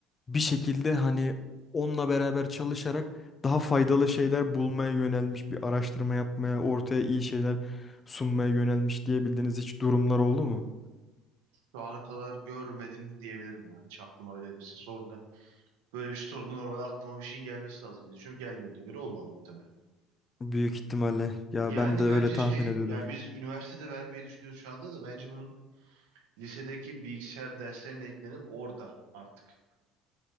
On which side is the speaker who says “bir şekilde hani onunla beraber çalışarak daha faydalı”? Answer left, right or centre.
Left